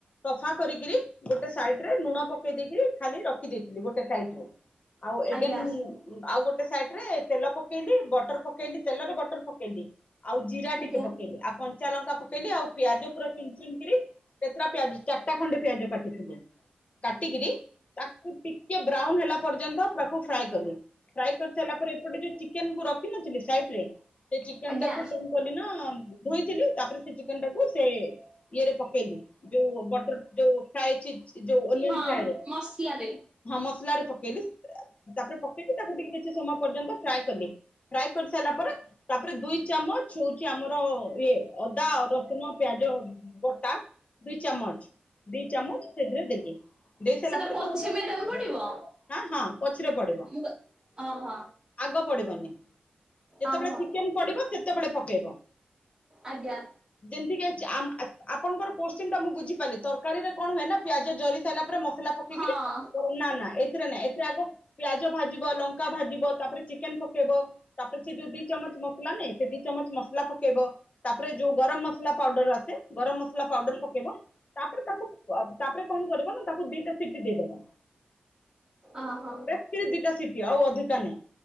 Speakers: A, on the left (about 40°); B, on the right (about 20°).
A: ସଫା କରିକିରି ଗୋଟେ ସାଇଟ ରେ ଲୁଣ ପକେଇ ଦେଇେଇକି ଖାଲି ରଖି ଦେଇେଇଥିଲି ଗୋଟେ ସାଇଟରେ ଆଉ ଏଗେନ
B: ଆଜ୍ଞା
A: ଆଉ ଗୋଟେ ସା ସାଇଟ ରେ ତେଲ ପକେଇଲି। ବଟର ପକେଇଲି ତେଲରେ ବଟର ପକେଇଲି ଆଉ ଜିରା
B: ଆଜ୍ଞା
A: ଟିକେ ପକେଇଲି ଆଉ କଞ୍ଚା ଲଙ୍କା ପକେଇଲି ଆଉ ପିଆଜ ପୁରା ଚୁନ୍ ଚୁନ୍ କିରି କେତେଟା ପିଆଜ ଚାରିଟା ଖଣ୍ଡେ ପିଆଜ କାଟିଥିଲି କାଟିକିରି ତାକୁ ଟିକେ ହେଲା ପର୍ଯ୍ୟନ୍ତ ତାକୁ ଫ୍ରାଏ କଲି ଫ୍ରାଏ କରି ସାରିଲା ପରେ ଏପଟେ ଯୋଉ ଚିକେନ କୁ ରଖି ନଥିଲି ସାଇଟରେ ସେ ଚିକେନ
B: ଆଜ୍ଞା
A: ଟାକୁ କଣ କଲି ନା ଧୋଇଥିଲି ତାପରେ ସେ ଚିକେନ ଟାକୁ ସେଏ ଇଏରେ ପକେଇଲି ଯୋଉ ବଟର ଯୋଉ ଖାାଇଛି ଯ -ଯଉଁ ଓନିଅନ୍
B: ହଁ
A: ଫ୍ରାଏ ରେ
B: ମସଲାରେ
A: ମସଲାରେ ପକ ପକେଇଲି ତାପରେ ପକେଇବି ତାକୁ ଟିକେ କିଛି ସମୟ ପର୍ଯ୍ୟନ୍ତ ଫ୍ରାଏ କଲି ଫ୍ରାଏ କରିସାରିଲା ପରେ ତାପରେ ଦୁଇ ଚାମଚ ହଉଛି ଆମର ଇଏ ଅଦା ରସୁଣ ପିଆଜ ବଟା ଦୁଇ ଚାମଚ ଦି ଚାମଚ ସେଥିରେ ଦେଲି ଦେଇସାଇଲା
B: ସେଟା
A: ପରେ
B: ପଛେ
A: <unintelligible>
B: ମ୍ୟାଡାମ ପଡିବ
A: ହ ହଁ ପଛରେ ପଡିବ
B: ମୁଁ କ ଓହୋ
A: ଆଗ ପଡିବନି ଯେତେବେଳେ
B: ଓହୋ
A: ଚିକେନ ପଡିବ ସେତେବେଳେ ପକେଇବ
B: ଆଜ୍ଞା
A: ଯେମିତିକି ଆ-ଆପଣଙ୍କର କୋ <unintelligible> <unintelligible> ମୁଁ ବୁଝିପାରିଲି ତରକାରୀରେ କଣ ହୁଏ ନା ପିଆଜ ଜରି ସାଇଲା ପରେ ମସ୍ ମସଲା ପକେଇକିରି
B: ହଁ
A: ନା ନା ଏଥିରେ ନାଁ ଏଥିରେ ଆଗ ପିଆଜ ଭାଜ ଜିବ ଲଙ୍କା ଭାଜିବ ତାପରେ ଚିକେନ ପକେଇବ ତାପରେ ସେ ଯୋଉ ଦି ଚାମଚ ମସ୍ ଥିଲା ନାଇ ସେ ଦି ଚାମଚ ମସଲା ପକେଇବ ତାପରେ ଯୋଉ ଗରମ ମସଲା ପାଉଡର ଆସେ ଗରମ ମସଲା ପାଉଡର ପକେଇବ ତାପରେ ତାକୁ ତାପରେ କଣ କର ନା ତାକୁ ଦିଟା ସିଟି ଦେଇଦବ।
B: ଓହୋ
A: <unintelligible> ଦିଟା ସି ଆଉ ଅଧିକା ନାଇଁ